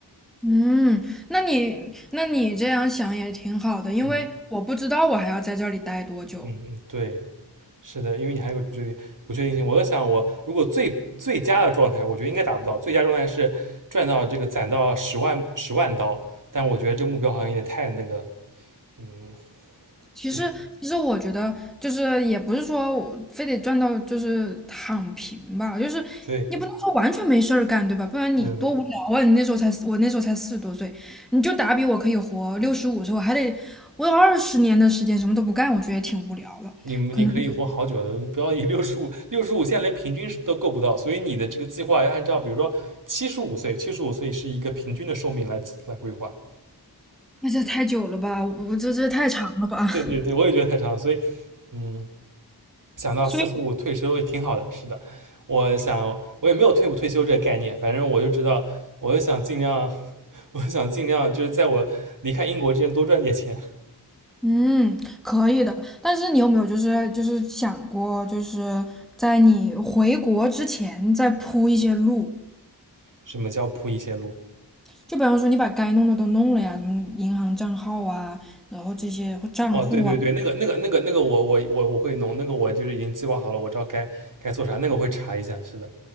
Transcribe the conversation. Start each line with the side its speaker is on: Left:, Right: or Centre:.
Centre: 嗯，那你那你这样想也挺好的，因为我不知道我还要在这里待多久。
Right: 嗯嗯嗯，对。是的，因为你还有个不确定不确定性。我在想，我如果最最佳的状态，我觉得应该达不到。最佳状态是赚到这个攒到十万十万刀，但我觉得这目标好像有点太那个了。嗯，
Centre: 其实其实我觉得就是也不是说我非得赚到就是躺平吧，
Right: <laughs> 也
Centre: 就是你不能说完全没事儿干，
Right: 对，
Centre: 对吧？不然你多无聊啊！
Right: 嗯，
Centre: 你那时候才我那时候才四十多岁，你就打比我可以活六十五岁，我还得我有二十年的时间什么都不干，我觉得也挺无聊了，
Right: 你们你可以活好久的，
Centre: 可能。
Right: 不要以六十五六十五现在连平均都够不到，所以你的这个计划要按照比如说七十五岁，七十五岁是一个平均的寿命来来规划。
Centre: 那这太久了吧？我这这太长了吧？<laughs>
Right: 对对对，我也觉得太长了，所以嗯，想到四十五退休也挺好的，
Centre: 所以
Right: 是的，我想我也没有退不退休这个概念，反正我就知道，我就想尽量，<laughs> 我想尽量就是在我离开英国之前多赚点钱。
Centre: 嗯，可以的。但是你有没有就是就是想过，就是在你回国之前再铺一些路？
Right: 什么叫铺一些路？
Centre: 就比方说你把该弄的都弄了呀，什么银行账号啊，然后这些或账户啊，
Right: 哦，对对对，那个那个那个那个我我我我会弄，那个我就是已经计划好了，我知道该该做啥，那个会查一下，是的，